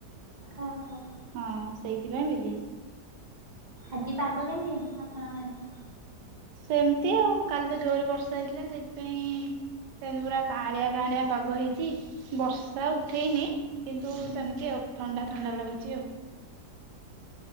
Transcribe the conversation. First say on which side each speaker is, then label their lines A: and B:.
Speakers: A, on the right; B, on the right.
A: ହଁ ହଁ
B: ହଁ ସେଇଥିପାଇଁ ବିବି
A: ଆଜି ପାଗ କେମିତି ଆପଣଙ୍କ ଆଡ଼େ?
B: ସେମତି ଆଉ କାଲି ତ ଜୋରରେ ବର୍ଷା ହେଇଥିଲା ସେଇଥିପାଇଁ ସେମିତି ପୁରା କାଁଳିଆ କାଁଳିଆ ପାଗ ହେଇଚି ବର୍ଷା ଉଠେଇନି କିନ୍ତୁ
A: ହଁ
B: ସେମିତି ଆଉ ଥଣ୍ଡା ଥଣ୍ଡା ଲାଗୁଛି ଆଉ